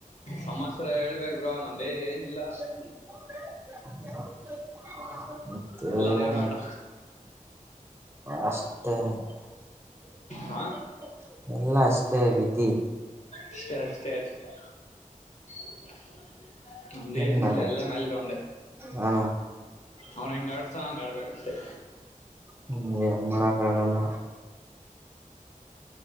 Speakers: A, on the left (about 55°); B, on the right (about 15°).
A: ಸಮಾಚಾರ ಹೇಳ್ಬೇಕ್ ಬ್ರೋ ನಮ್ದೇನಿಲ್ಲಾ
B: <unintelligible> ಮತ್ತೇ
A: ಎಲ್ಲಾ ದೇವ್ರ ಆಟ
B: ಅಷ್ಟೇ <inaudible>
A: ಹಾ
B: ಎಲ್ಲಾ ಅಷ್ಟೇ ವಿಧಿ
A: ಅಷ್ಟೆ ಅಷ್ಟೆ ಅಷ್ಟೆ <unintelligible> ನಮ್ದೇನಿಲ್ಲ
B: ಏನ್ ಮಾಡುದು
A: ಎಲ್ಲ ಮ್ಯಾಲಿರೊಂದೇ.
B: ಹಾ
A: ಅವನ್ ಹೆಂಗ್ ಆಡಸ್ತಾನಾ ಹಂಗ್ ಆಡ್ಬೇಕಷ್ಟೆ.
B: ಹ್ಮ್ ಏನ್ ಮಾಡಕ್ ಆಗಲ್ಲಾ